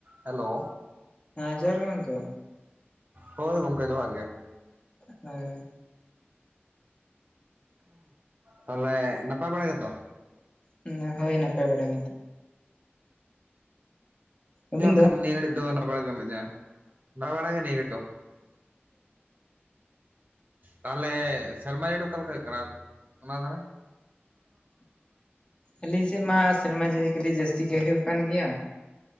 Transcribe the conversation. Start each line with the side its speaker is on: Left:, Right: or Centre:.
Right: ᱦᱮᱸᱞᱳ
Left: ᱦᱮᱸ ᱦᱮᱸ ᱡᱚᱦᱟᱨ ᱜᱮ ᱜᱚᱝᱠᱮ
Right: ᱦᱳᱭ ᱜᱚᱝᱠᱮ ᱡᱚᱦᱟᱨ ᱜᱮ
Left: ᱦᱳᱭ
Right: ᱛᱟᱦᱚᱞᱮ ᱱᱟᱯᱟᱭ ᱵᱟᱲᱟ ᱜᱮᱛᱚ?
Left: ᱦᱩᱸ ᱦᱳᱭ ᱱᱟᱯᱟᱭ ᱵᱟᱲᱟ ᱜᱮ ᱱᱤᱛᱚᱜ ᱟᱹᱵᱤᱱ ᱫᱚ?
Right: ᱠᱷᱟᱱ ᱱᱤᱭᱟᱹ ᱜᱷᱟᱹᱲᱤᱡ ᱫᱚ ᱱᱟᱯᱟᱭ ᱵᱟᱲ ᱜᱮ ᱢᱤᱱᱟᱧᱟ ᱾ᱱᱟᱯᱟᱭ ᱵᱟᱲ ᱜᱮ ᱱᱤᱭᱟᱹ ᱜᱷᱟᱹᱲᱤᱡ ᱫᱚ᱾ ᱛᱟᱦᱚᱞᱮ ᱥᱮᱨᱢᱟ ᱡᱟᱹᱲᱤ ᱚᱠᱟ ᱞᱮᱠᱟ ᱦᱩᱭᱩᱜ ᱠᱟᱱᱟ ᱚᱱᱟ ᱫᱷᱟᱨᱮ? <inaudible>
Left: ᱟᱹᱞᱤᱧ ᱥᱮᱫ ᱢᱟ ᱥᱮᱨᱢᱟ ᱡᱟᱹᱲᱤ ᱠᱟᱹᱴᱤᱡ ᱡᱟᱹᱥᱛᱤ ᱜᱮ ᱦᱩᱭᱩᱜ ᱠᱟᱱ ᱜᱮᱭᱟ᱾